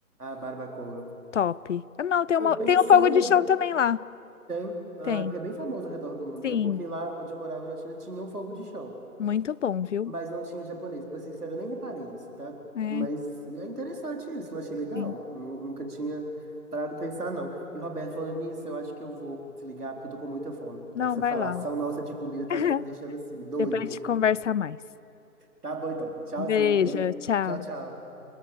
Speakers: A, on the right; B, on the left.
A: A barbacoa.
B: top. Ah, não, tem uma,
A: Ou pensando,
B: tem um fogo de chão também lá.
A: tem. Ah,
B: Tem.
A: é porque é bem famoso ao redor do mundo,
B: Sim,
A: né? Porque lá onde eu morava na China tinha um fogo de chão.
B: muito bom, viu?
A: Mas não tinha japonês. Pra ser sincero, eu nem reparei isso, tá?
B: É,
A: Mas é interessante isso, eu achei legal.
B: sim.
A: Nu- Nunca tinha parado pra pensar, não. E o Roberto, falando nisso, eu acho que eu vou desligar porque eu tô com muita fome.
B: Não,
A: Essa
B: vai
A: falação
B: lá.
A: nossa de comida tá
B: <laughs>
A: me deixando assim, doido.
B: Depois a gente conversa mais.
A: Tá bom então. Tchauzinho,
B: Beijo,
A: viu?
B: tchau.
A: Tchau, tchau.